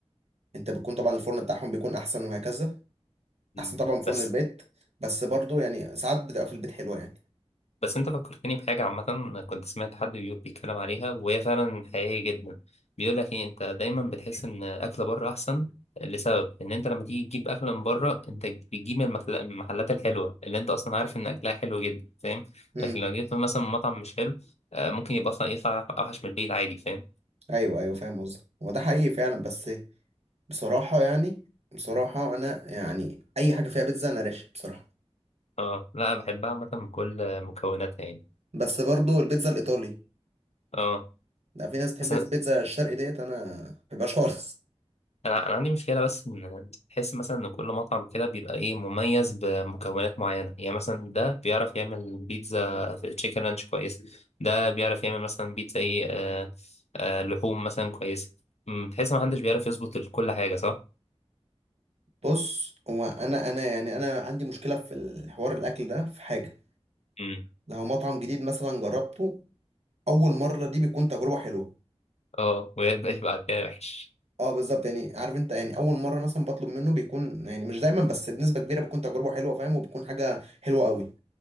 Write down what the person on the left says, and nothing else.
مم.
بس
بس انت فكرتني بحاجة عامة كنت سمعت حد بيقول- بيتكلم عليها وهي فعلا حقيقية جدا بيقول لك ايه انت دايما بتحس ان اكل بره احسن لسبب ان انت لما تيجي تجيب اكل من بره انت بتجيب من المكل- من المحلات الحلوة اللي انت اصلا عارف ان اكلها حلو جدا فاهم
لكن لو جبت مثلا من مطعم مش حلو آه، ممكن يبقى اصلا يطلع اوحش من البيت عادي فاهم
اه لا أنا بحبها عامة بكل مكوناتها يعني
اه
بس
أنا-
انا انا عندي مشكله بس ان تحس مثلا ان كل مطعم كده بيبقى ايه مميز بمكونات معينه يعني مثلا ده بيعرف يعمل بيتزا في تشيكن رانش كويس ده بيعرف يعمل مثلا بيتزا ايه آه آه لحوم مثلا كويسه أمم، تحس ما حدش بيعرف يظبط كل حاجه صح
امم
اه وده يبقى على كده وحش